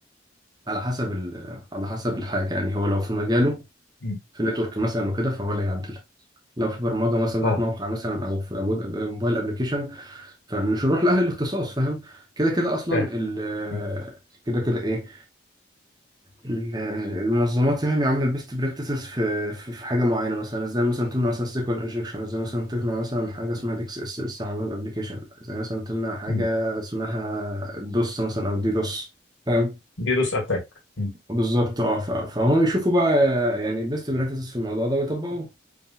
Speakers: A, on the right; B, on the left.
A: على حسب ال... على حسب الحاجة يعني هو لو في مجاله
B: مم.
A: في نتورك مثلا وكده فهو اللي هيعدلها لو في برمجة مثلا بتاعت
B: اه
A: موقع مثلا او في ويب موبايل ابلكيشن فمش هنروح لأهل الاختصاص فاهم كده كده اصلا
B: فاهم
A: ال...
B: مم.
A: كده كده ايه ال- المنظمات يعني عامله البيست براكتسز في في في حاجه معينه مثلا ازاي مثلا تمنع مثلا سيكوال انجكشن ازاي مثلا تمنع مثلا حاجه اسمها ديكس اس اس على الويب ابلكيشن ازاي مثلا تمنع حاجه
B: مم.
A: اسمها دوس مثلا او دي دوس فاهم
B: دي دوس اتاك مم.
A: بالظبط اه ف- فهم يشوفوا بقى يعني البيست براكتسز في الموضوع ده ويطبقوه